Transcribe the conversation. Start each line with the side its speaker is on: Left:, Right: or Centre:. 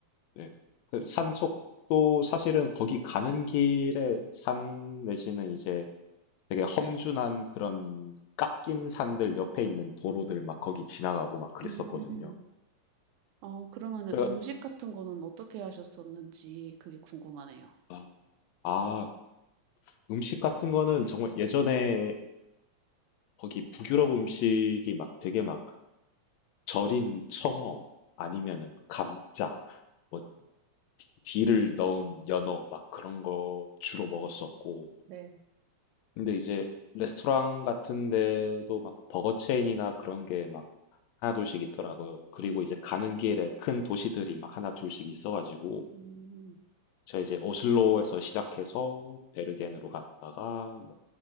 Left: 네. 그 산속도 사실은 거기 가는 길에 산 내지는 이제 되게 험준한 그런 깎인 산들 옆에 있는 도로들 막 거기 지나가고 막 그랬었거든요.
Right: 음, 어, 그러면은
Left: 그래가-
Right: 음식 같은 거는 어떻게 하셨었는지 그게 궁금하네요.
Left: 아, 아, 음식 같은 거는 정말 예전에 거기 북유럽 음식이 막 되게 막 절인 청어 아니면은 감자, 뭐
Right: 아,
Left: 딜을 넣은 연어 막 그런 거 주로 먹었었고
Right: 네.
Left: 근데 이제 레스토랑 같은 데도 막 버거 체인이나 그런 게 막 하나 둘씩 있더라고요. 그리고
Right: 음,
Left: 이제 가는 길에 큰 도시들이 막 하나 둘씩 있어가지고
Right: 음,
Left: 제가 이제 오슬로에서 시작해서 베르겐으로 갔다가 뭐